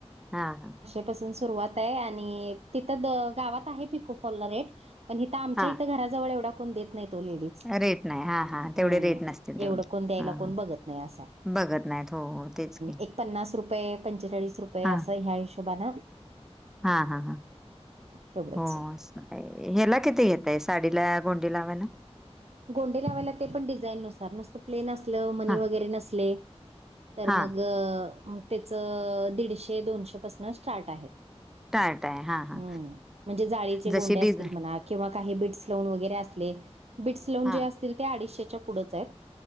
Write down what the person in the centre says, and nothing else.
हा हा.
हा
रेट नाही हा हा तेवढे
रेट नसतील तेवढे
हा
हा
बघत नाहीत हो हो तेच की
हा
हा हा ह
हो ह्याला किती घेतायेतं. साडीला गोंडे लावायला.
हा
हा
टाळट आहे हा हा
जशी
डिझाईन
हा